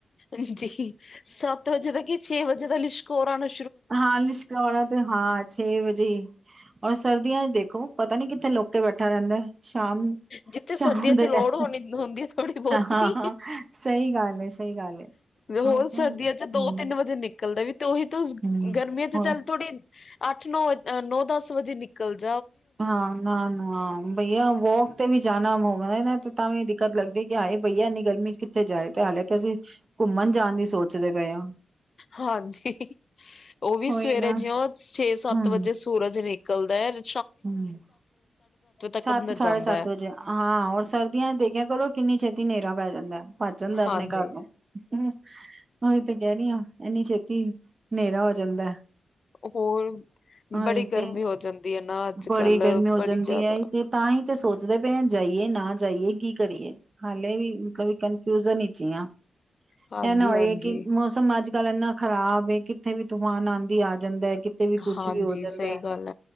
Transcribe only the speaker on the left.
ਹਾਂਜੀ ਸੱਤ ਵਜੇ ਦਾ ਕੀ ਛੇ ਵਜੇ ਦਾ ਲਿਸ਼ਕ ਹੋਰ ਆਣਾ
ਜਿੱਥੇ ਸਰਦੀਆਂ
ਚ ਲੋੜ
ਹੋਣੀ ਹੁੰਦੀ ਹੈ, ਥੋੜੀ ਬਹੁਤੀ
ਹੋਰ
ਸਰਦੀਆਂ
ਚ ਦੋ ਤਿੰਨ ਵਜੇ ਨਿਕਲਦਾ ਵੀ ਤੇ ਉਹੀ
ਗਰਮੀਆਂ ਤੇ
ਚੱਲ ਥੋੜੀ, ਅੱਠ ਨੌਹ, ਨੌ ਦਸ ਵਜੇ ਨਿਕਲ ਦਾ
ਹਾਂਜੀ ਉਹ ਵੀ
ਸਵੇਰੇ
ਜਿਓਂ ਛੇ ਸੱਤ
ਵਜੇ ਸੂਰਜ ਨੇ। ਨਿਕਲਦਾ ।
ਤੱਕ
ਅੰਦਰ
ਜਾਂਦਾ
ਹੈ
ਹਾਂਜੀ
ਹੋਰ।
ਬੜੀ
ਗਰਮੀ
ਹੋ ਜਾਂਦੀ ਹੈ ਨਾ ਅੱਜ
ਕੱਲ
ਬੜੀ
ਜ਼ਿਆਦਾ
ਹਾਂਜੀ
ਹਾਂਜੀ
ਹਾਂਜੀ
ਸਹੀ
ਗੱਲ